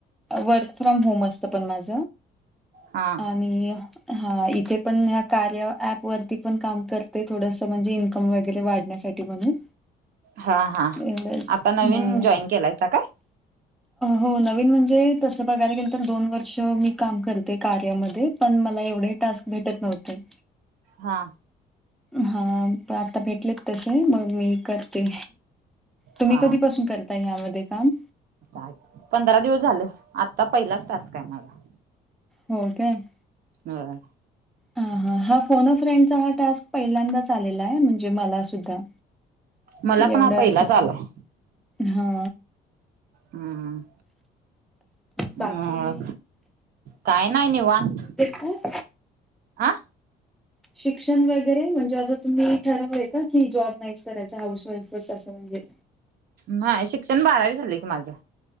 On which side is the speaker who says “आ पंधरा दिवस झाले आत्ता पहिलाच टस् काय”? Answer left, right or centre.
Right